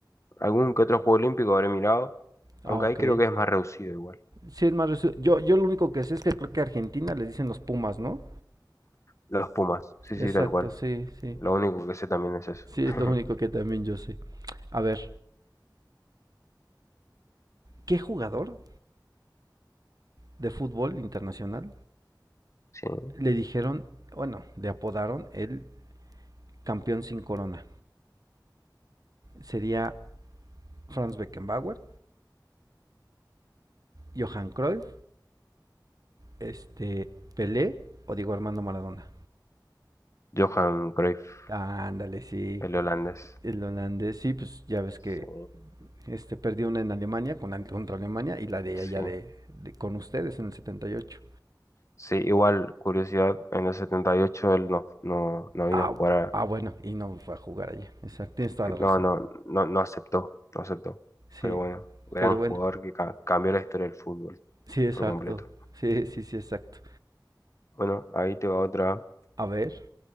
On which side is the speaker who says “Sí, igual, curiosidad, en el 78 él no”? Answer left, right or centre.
Left